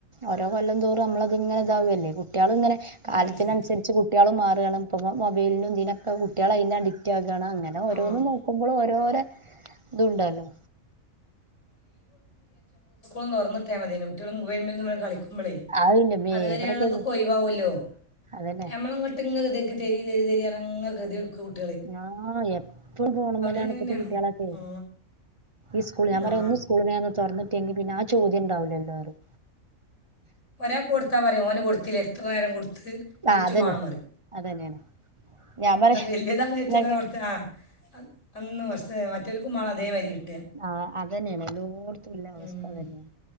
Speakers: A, on the right; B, on the left.
A: ഓരോ കൊല്ലം തോറും നമ്മളത് ഇങ്ങനെ ഇതാവല്ലേ കുട്ടികളും ഇങ്ങനെ കാലത്തിനനുസരിച്ച്
B: ഉം, ശരി.
A: കുട്ടികളും മാറാണ് ഇപ്പൊ മൊബൈലിനും ഇതിനൊക്കെ കുട്ടികൾ അതിന് അഡിക്റ്റ് ആകല്ലേ താണ് അങ്ങനെ ഓരോന്ന്
B: ആ
A: നോക്കുമ്പളോ രോര ഇതുണ്ടല്ലോ
B: ഒന്നൊറന്നിട്ടാ മതീനു കുട്ട്യള് മൊബൈലന്ന് പറഞ്ഞ് കളിക്കുമ്പോളേ
A: അതിന്റെമ്മേ
B: അതുവരെയൊള്ളതൊക്ക
A: ഇവിടൊക്കെ
B: ഒയ് വാകുവല്ലോ
A: അതന്നെ
B: ഞമ്മളങ്ങട്ടിങ്ങ <unintelligible> തെരി തെരി തെരി അതങ്ങ് <unintelligible>
A: ഞാ എപ് പളും ഫോണിമ്മല്ലാണ്
B: അങ്ങനെ
A: ഇപ്പത്തെ
B: തന്നെയാണോ
A: കുട്ടികളൊക്കേ
B: ആ
A: ഈ സ്കൂൾ ഞാൻ പറയാ
B: ആ
A: ഒന്ന് സ്കൂളിന്നേഒന്ന് തുറന്ന് ങ്കി പിന്നെ ആ ചോദ്യം ഉണ്ടാവില്ലല്ലോരും
B: ഒരാ കൊടുത്താ പറയും ഓന് കൊടുത്തില്ലെ ത്രനേരം കൊട് നീച്ചു
A: ആ അതന്നെ
B: മണമാറി
A: അതന്നെയാണ് ഞാൻ
B: എന്നാ വലിയതാ
A: പറയാ
B: ചച്ച കൊർത്തന ആ അന്ന് വ മറ്റൊരു കുമ്മാള അതേം വരി കിട്ടും
A: ആഹ് അതന്നെണ്. എല്ലോട്ത്തുംല്ല അവസ്ഥ
B: ഉം.
A: അതന്നെണ്.